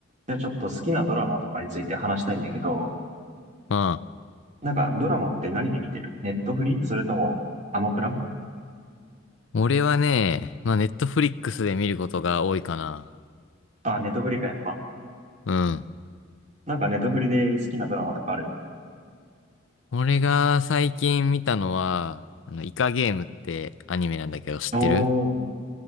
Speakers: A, on the right; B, on the left.
A: じゃあちょっと好きなドラマとかについて話したいんだけど、
B: あ
A: なんかドラマって何で見てるネットフリそれともアマプラ
B: あ、俺はね、まあ、ネットフリックスで見ることが多いかな。
A: あ、ネットフリかやっぱ。
B: うん。
A: なんかネットフリで好きなドラマとかある
B: 俺が最近見たのは、あの、イカゲームってアニメなんだけど知ってる
A: おー、